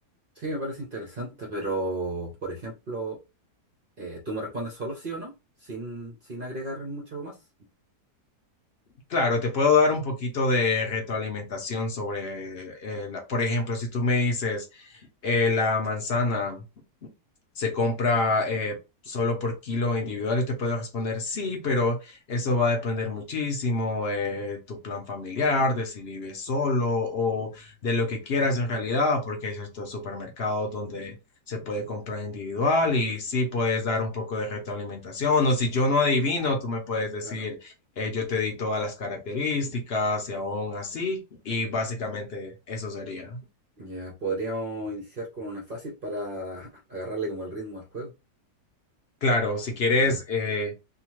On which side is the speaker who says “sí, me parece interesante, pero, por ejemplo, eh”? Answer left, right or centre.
Right